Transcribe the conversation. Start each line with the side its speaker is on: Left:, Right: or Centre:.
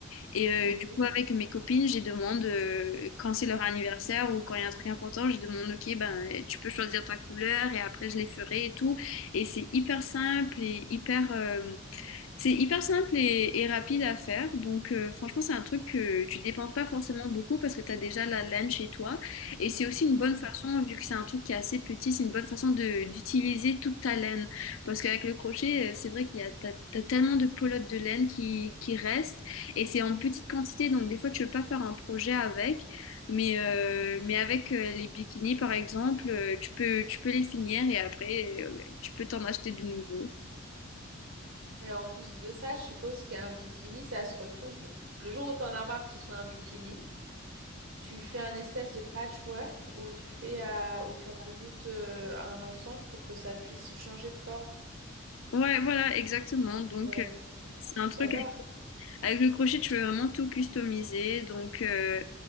Left: Et euh,
Right: Ok.
Left: du coup avec mes copines, je demande euh, quand c'est leur anniversaire ou quand il y a un truc important, je demande ok ben tu peux choisir ta couleur et après je les ferai et tout. Et c'est hyper simple et hyper euh, c'est hyper simple et, et rapide à faire. Donc, euh, franchement, c'est un truc que tu dépenses pas forcément beaucoup parce que tu as déjà la laine chez toi. Et c'est aussi une bonne
Right: Mm.
Left: façon, vu que c'est un truc qui est assez petit, c'est une bonne façon de d'utiliser toute ta laine. Parce qu'avec le crochet, euh, c'est vrai qu'il y a, t'as, t'as tellement de pelotes de laine qui, qui restent. Et c'est en petite quantité. Donc, des fois, tu peux pas faire un projet avec. Mais, euh, mais avec euh, les bikinis, par exemple, euh, tu peux, tu peux les finir et après, euh, tu peux t'en acheter de nouveau.
Right: Et en plus de ça, je suppose qu'un bikini, ça se retouche. Donc, le jour où tu en as marre que ce soit un bikini, tu fais un espèce de patchwork où tu fais, euh, où tu rajoutes euh, un ensemble pour que ça puisse changer de forme.
Left: Ouais, voilà, exactement. Donc,
Right: Euh,
Left: euh, c'est un
Right: j'adore.
Left: truc avec le crochet, tu peux vraiment tout customiser. Donc, euh,